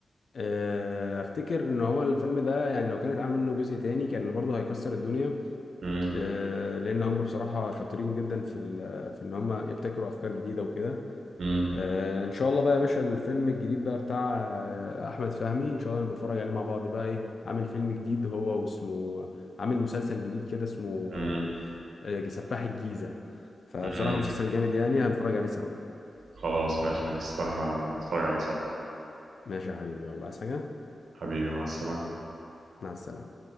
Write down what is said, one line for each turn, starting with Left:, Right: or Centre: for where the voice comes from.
Left: آه، افتكر ان هو الفيلم ده يعني لو كان اتعمل منه جزء تاني كان برضه هيكسر الدنيا
Right: مم،
Left: آه، لان هم بصراحه شاطرين جدا في ال- في ان هم يبتكروا افكار جديده وكده
Right: مم،
Left: آه، ان شاء الله بقى يا باشا الفيلم الجديد بقى بتاع آه، احمد فهمي ان شاء الله نتفرج عليه مع بعض بقى ايه عامل فيلم جديد هو واسمه عامل مسلسل جديد كده اسمه
Right: مم،
Left: آه، آه، سفاح الجيزه فبصراحه
Right: مم.
Left: مسلسل جامد يعني هنتفرج عليه سوا
Right: خلاص ماشي هنستنى نتفرج عليه سوا
Left: ماشي يا حبيبي يلا عايز حاجه
Right: حبيبي مع السلامة
Left: مع السلامه